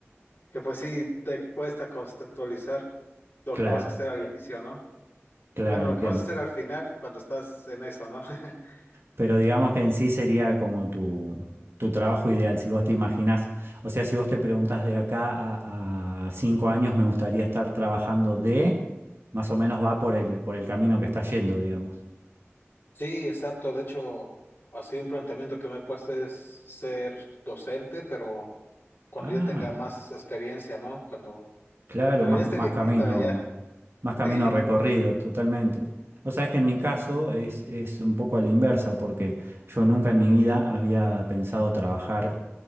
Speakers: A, on the left (about 40°); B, on the right (about 55°).
A: Que pues sí te cuesta conceptualizar lo
B: claro,
A: que vas a hacer al inicio, ¿no?
B: claro,
A: Bueno, lo
B: entiendo.
A: que vas a hacer al final cuando estás en eso, ¿no? <laughs>
B: Pero digamos que en sí sería como tu, tu trabajo ideal, si vos te imaginás, o sea, si vos te preguntás de acá a, a cinco años me gustaría estar trabajando de, más o menos va por el, por el camino que está yendo, digamos.
A: Sí, exacto. De hecho, así un planteamiento que me he puesto es ser docente, pero cuando
B: Ah.
A: ya tenga más experiencia, ¿no? Cuando,
B: Claro,
A: pero
B: más,
A: ya esté
B: más
A: viejito,
B: camino,
A: ya. <laughs>
B: más camino
A: Sí,
B: recorrido, totalmente. O sea, es que en mi caso es, es un poco a la inversa, porque yo nunca en mi vida había pensado trabajar